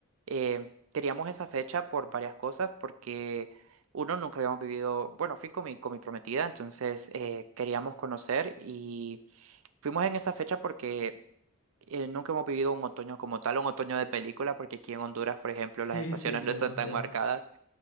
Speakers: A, on the right (about 65°); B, on the left (about 60°).
A: eh, queríamos esa fecha por varias cosas, porque uno nunca habíamos vivido. Bueno, fui con mi, con mi prometida, entonces eh, queríamos conocer y fuimos en esa fecha porque. eh, nunca hemos vivido un otoño como tal, un otoño de película, porque aquí en Honduras, por ejemplo,
B: Sí,
A: las estaciones
B: sí, pues
A: no están
B: no
A: tan
B: sé.
A: marcadas.
B: ve.